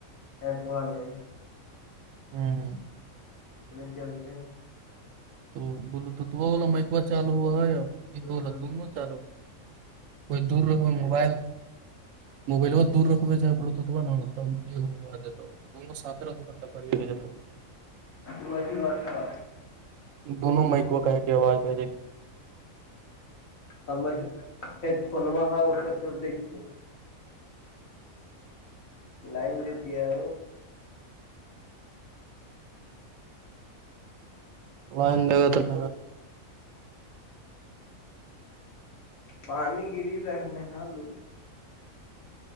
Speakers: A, on the left (about 70°); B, on the right (about 70°).
A: ایپوا میں
B: ہوں ہ
A: اتنے چلتے ہیں
B: تو بولو تو تو وہ ہوو مکو چالو ہوا ہے
A: ہوں
B: یہلا دونوں چالو ہو کوئی دور رکھ موبائل موبائلو دور رکھ چ بلوتوھ ہوا تب ایکگو آ جات دونوں صاف رہ توٹکرے رہ ج
A: وہ ا ہیی بات تھا تھا
B: دونوں مک کہ کے آواز بھیجے
A: ہمر ہیڈ فون ا چلتے اس لائن دیتیےؤ
B: ویں دگتیں
A: پانی گری رہنے آلو